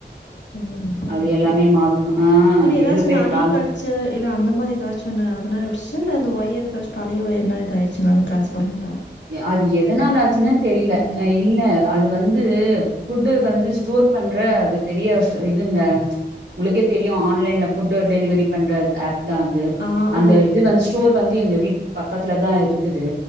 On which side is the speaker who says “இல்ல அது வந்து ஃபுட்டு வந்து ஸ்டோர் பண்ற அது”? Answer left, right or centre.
Right